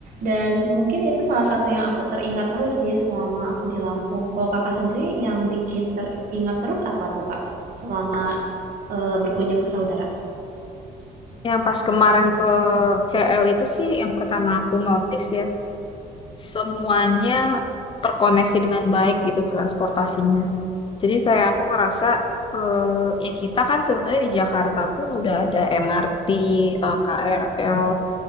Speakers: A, on the right; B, on the left.
A: dan mungkin itu salah satu yang aku teringat terus sih selama aku di Lampung. Kalau Kakak sendiri yang bikin teringat terus apa tuh Kak? Selama eh, berkunjung ke saudara.
B: Yang pas kemarin ke KL itu sih yang pertama aku notice ya, semuanya terkoneksi dengan baik gitu transportasinya. Jadi kayak aku ngerasa eh, ya kita kan sebenarnya di Jakarta pun udah ada MRT, eh, KRL,